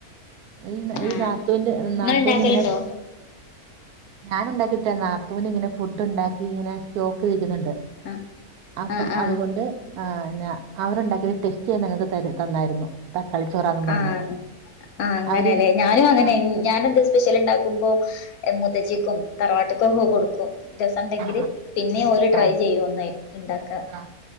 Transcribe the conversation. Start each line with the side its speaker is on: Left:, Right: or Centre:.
Right: ഈ ഈ
Left: ആഹ്
Right: നാത്തുന്റെ നാത്തുനിങ്ങനെ.
Left: ഇങ്ങൾ ഇണ്ടാക്കലുണ്ടോ
Right: ഞാന്ണ്ടാക്കിട്ട നാത്തൂന് ഇങ്ങനെ ഫുഡ് ഇണ്ടാക്കി ഇങ്ങനെ. ചോക്ക് നിരിക്കുന്നുണ്ട്
Left: ആഹ്
Right: അപ്പം
Left: ആഹ് ആഹ്
Right: അതുകൊണ്ട്. ആ അല്ലാ അവർണ്ടാക്കിയത് ടെസ്റ്റ് ചെയ്യാൻ ഞങ്ങൾ ത തന്നായിരുന്നു. തക്കാളിച്ചോറാന്ന് പറഞ്ഞ്
Left: ആഹ് ആഹ്അങ്ങനെല്ലെ
Right: അവര്
Left: ഞാനും അങ്ങനെയെനി
Right: ആ
Left: ഞാനെ എന്തെ സ്പെഷ്യൽ ഉണ്ടാക്കുമ്പോ മുത്തച്ചിക്കും തറവാട്ട് കൊക്കെ കൊടുക്കും.. രസംണ്ടെങ്കില്
Right: ആ
Left: പിന്നേ ഓൽ ട്രൈ
Right: ആ
Left: ചെയ്യൂ ഒന്ന് ഉണ്ടാക്ക
Right: ആ